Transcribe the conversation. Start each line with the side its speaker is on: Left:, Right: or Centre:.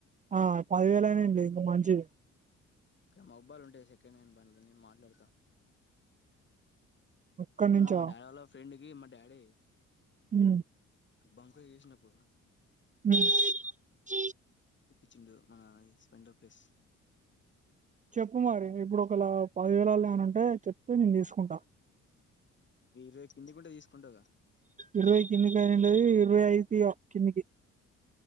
Right: ఆ పదివేలయినాండి ఇంకా మంచిది
Left: ఇక్కడ మబ్బాలుంటాయ్ సెకండ్ హ్యాండ్ బనులున్న మాట్లాడతా
Right: అక్కడి
Left: మన
Right: నుంచా
Left: మా డాడోళ్ళ ఫ్రెండ్ కి మా డాడీ
Right: హ
Left: బంకు జేసినప్పుడు
Right: ఉమ్
Left: చ్చిండు మన స్పెర్ ప్లేస్
Right: చెప్పు మరి ఇప్పుడు ఒకలా పదివేలల్లో ఏమనంటే చెప్తే నేను తీసుకుంటా
Left: ఈ ర కిందికింటే తీసుకుంటగా
Right: ఇరవై కిందికి అనడిది ఇరవై ఐదు ఒక కిందికి